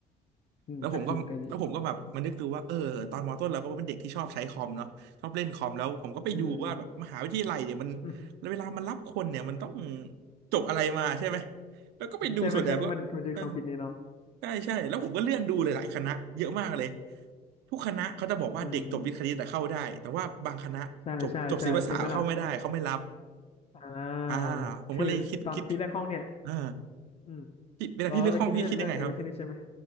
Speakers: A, on the left; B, on the right.
A: อืมก็จริงก็จริง
B: แล้วผมก็แล้วผมก็แบบมันนึกดูว่าเออตอนมต้นเราก็เป็นเด็กที่ชอบใช้คอมเนาะชอบเล่นคอมแล้วผมก็ไปดูว่าแบบมหาวิทยาลัยเนี่ยมัน
A: อืม <laughs>
B: เวลามันรับคนเนี่ยมันต้องจบอะไรมาใช่ไหมแล้วก็ไปดูส่วนใหญ่ก็เออ
A: ใช่ไหมใช่ไหมมันมันจะมีความคิดนี้เนาะ
B: ใช่ใช่แล้วผมก็เลื่อนดูหลายๆคณะเยอะมากเลยทุกคณะเขาจะบอกว่าเด็กจบวิทย์คณิตแต่เข้าได้แต่ว่าบางคณะจบจบศิลปศาสตร์เข้าไม่ได้เขาไม่รับ
A: อืมใช่ใช่ใช่ใช่ไหมล่ะอ่า
B: อ่าผมก็เลยคิดคิด
A: คือตอนฟีแรกห้องเนี่ย
B: อ่า
A: อืม
B: พี่เวลาพี่เลือกห้องพี่คิดยังไงครับ
A: เราเลยคิดว่าจะเลือกเรียนวิทย์คณิตใช่ไหม